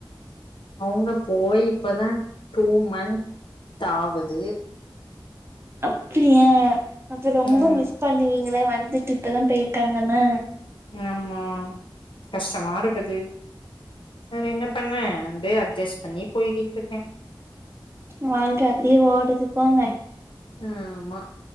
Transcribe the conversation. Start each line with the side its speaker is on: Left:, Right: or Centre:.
Left: அவங்க போய் இப்பதா டூ மன்ந்த் தாவுது
Right: அப்டியா அப்ப ரொம்ப
Left: ம்
Right: மிஸ் பண்ணுவீங்களே வந்துட்டு இப்பதா போயிருக்காங்கனா
Left: ஆமா கஷ்டமா இருக்குது வேற என்ன பண்ண அப்டி அ ஜஸ்ட் பண்ணி போயிட்டு இருக்கே
Right: வாழ்க்க அப்டியே ஓடுது போங்க
Left: ஆமா